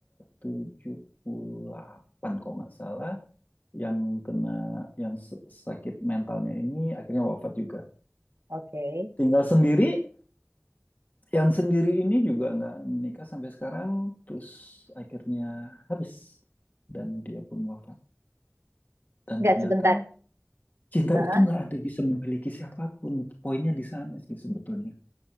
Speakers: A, on the left; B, on the right.
A: tujuh puluh delapan kalau nggak salah. Yang kena, yang se- sakit mentalnya ini akhirnya wafat juga
B: Oke.
A: tinggal sendiri Yang sendiri ini juga nggak menikah sampai sekarang, terus akhirnya habis dan dia pun wafat. Dan
B: nggak
A: ternyata
B: sebentar.
A: cinta
B: Ah,
A: itu
B: ah.
A: nggak ada bisa memiliki siapapun. Poinnya di sana sih sebetulnya.